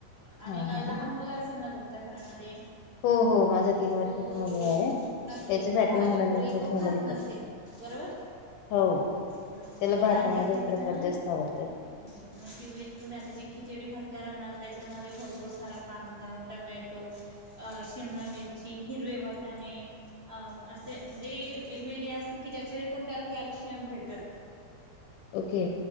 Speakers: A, on the right; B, on the left.
A: आणि
B: हां,
A: काही
B: हां.
A: लहान मुलगा असेल ना तुमच्या घरामध्ये
B: हो- हो माझा तीन वर्षाचा
A: तो
B: मुलगा आहे.
A: नक्कीच
B: त्याच्यासाठी
A: म भाजी
B: म्हणूनच
A: पोळी
B: मी
A: तो
B: तुम्हाला
A: खात
B: विचारते
A: नसेन बरोबर?
B: हो
A: अ
B: त्याला
A: द
B: भातामध्ये
A: काय करायचं?
B: प्रकार जास्त आवडतात.
A: नि पिवळी तुम्ही आता जी खिचडी भात करालना त्याच्यामध्ये भरपूर सारा कांदा, टमॅटो अ शीम शिमला मिरची, हिरवे वटाणे. अ असे जे वेगवेगळे असे की ज्याच्या कोण त्याला कॅल्शियम भेटल.
B: ओके.